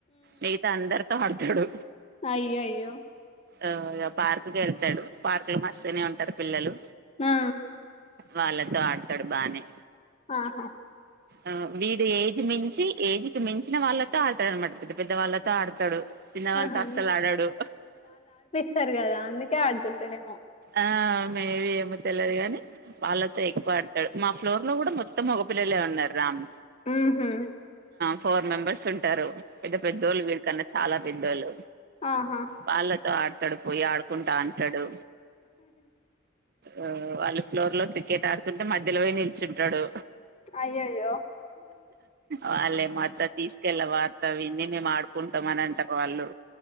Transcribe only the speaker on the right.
మిగతా అందరితో ఆడతాడు
ఆ ఇగ పార్క్కి వెళ్తాడు పార్క్ లో మస్తుగనే ఉంటారు పిల్లలు
వాళ్ళతో ఆడతాడు బానే
ఆ వీడు ఏజ్ మించి ఏజ్కి మించిన వాళ్ళతో ఆడతాడు అనమాట పెద్ద పెద్ద వాళ్ళతో ఆడతాడు చిన్న వాళ్ళ
తో అస్సల్ ఆడడు
ఆ మేబి ఏమో తెల్లదుగాని వాళ్ళతో ఎక్కువ ఆడతాడు మా ఫ్లోర్ లో కూడా మొత్తం మొగ పిల్లలే ఉన్నారామ్
ఫోర్ మెంబర్స్ ఉంటారు పెద్ద పెద్దోళ్ళు వీళ కన్నా చాలా పెద్దోళ్ళు
వాళ్ళతో ఆడతాడు పోయి ఆదుకుంటాంటాడు ఆ వాళ్ళు ఫ్లోర్ లో క్రికెట్ ఆడుతుంటే మధ్యలో పోయి నిల్చుంటాడు
వాళ్ళేమో అత్త తీసుకెల్లావా అత్త వీడిని మేం ఆడుకుం టం అని అంటరు వాళ్ళు